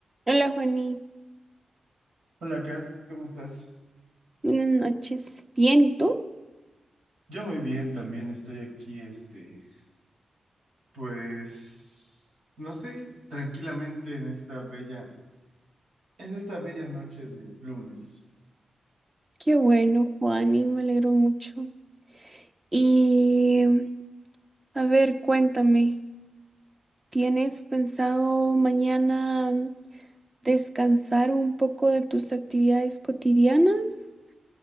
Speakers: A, on the right (about 20°); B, on the right (about 85°).
A: Hola, Juani.
B: Hola Kat, ¿cómo estás?
A: Buenas noches. Bien, ¿y tú?
B: Yo muy bien, también estoy aquí, este, pues, no sé, tranquilamente en esta bella, en esta bella noche de lunes.
A: Qué bueno, Juani, me alegro mucho. Y a ver, cuéntame, ¿tienes pensado mañana descansar un poco de tus actividades cotidianas